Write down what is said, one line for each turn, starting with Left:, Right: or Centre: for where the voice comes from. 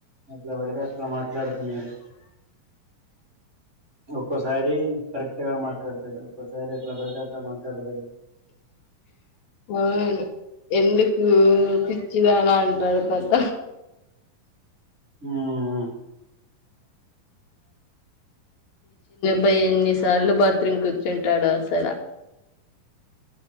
Right: ఎట్లా పడితే అట్లా మాట్లాడుతున్నాడు. ఒక్కొసారి కరెట్గా మాట్లాతాడు ఒక్కోసారి ఎట్లా పడితే అట్లా మాట్లాడతాడు
Left: మా ఓడు ఎందుక్ ఎ పిచ్చిదాన అంటాడు పెద్ద
Right: హ్మ్మ్
Left: బై ఎన్ని సార్లు బాత్ ట్రింగ్ కూర్చుంటాడు అసల